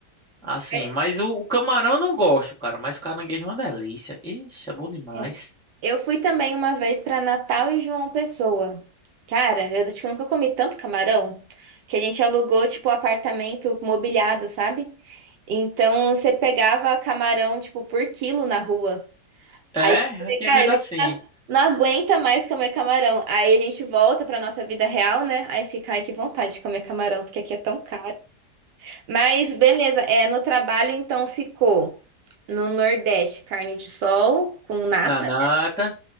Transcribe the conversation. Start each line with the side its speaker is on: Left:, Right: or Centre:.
Centre: Assim,
Right: É.
Centre: mas o, o camarão eu não gosto, cara, mas o caranguejo é uma delícia. Ixi, é bom demais.
Right: é. Eu fui também uma vez pra Natal e João Pessoa. Cara, eu tipo, nunca comi tanto camarão que a gente alugou tipo um apartamento mobiliado, sabe? Então você pegava camarão tipo por quilo na rua.
Centre: É,
Right: Aí, eu falei,
Centre: aqui
Right: cara,
Centre: vendo
Right: a
Centre: assim,
Right: gente tá- não aguenta mais comer camarão. Aí a gente volta pra nossa vida real, né? Aí fica, ai, que vontade de comer camarão, porque aqui é tão caro. Mas beleza, é, no trabalho então ficou no Nordeste, carne de sol com nata,
Centre: nanata,